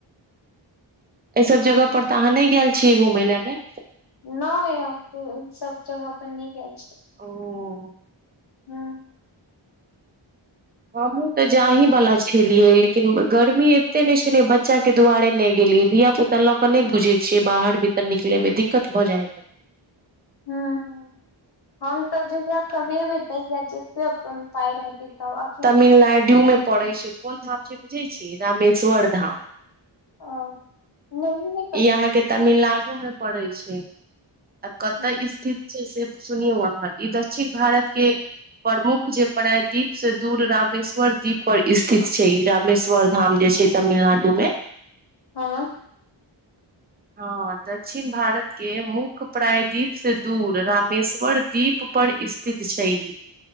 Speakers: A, on the right (about 20°); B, on the left (about 55°).
A: एहि सब जगह परर तऽ अहाँ नहि गेल छियै घुमय लए ग
B: न हि सब जगह पर न गेल छि
A: ओ
B: हँ
A: हमहूँ तऽ जाहिीवला छलियै लेकिन गर्मी एतेक नहि छलै बच्चाके दुआरे नहि गेलियै धिय पुता तऽ लऽ के नहि बुझे छियै बाहर भीर तरनिकले में दिक्कत भऽ जाय ह
B: हू ह हम तऽ जहिय कमी
A: है
B: भिनतैए जब भी अपन अपन पइ रहतै तब अखन
A: मिलनाई जुल पड़ै छै कोन धाम छै बुझै छीयै रामेश्वर धाम
B: अ नै ई नै
A: इ अहाँकेँ तमिलनाडु में पड़े छै आ कत
B: हम्म,
A: स्थिति से सुनियौ अहाँ ई दक्षिण भारत केँ प्रमुख जे प्राय दीप से दूर रामेश्वर दीप पर स्थित छै ई रामेश्वर धाम जे छै तमिलनाडु में
B: <inaudible> ह <inaudible>
A: ह दक्षिण भारत केँ मुख्य प्राय द्वीप से दूर रामेश्वर दीप पर स्थित छै ई